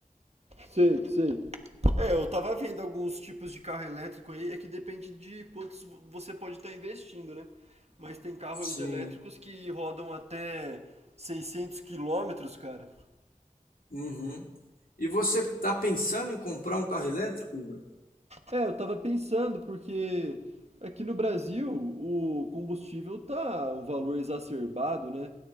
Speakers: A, on the right; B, on the left.
A: Sei, sei. É, eu tava vendo alguns tipos de carro elétrico aí, é que depende de quantos vo- você pode estar investindo, né? Mas tem carros
B: Sim.
A: elétricos que rodam até 600 quilômetros, cara.
B: Uhum. E você está pensando em comprar um carro elétrico, Igor?
A: É, eu tava pensando, porque aqui no Brasil o combustível tá um valor exacerbado, né?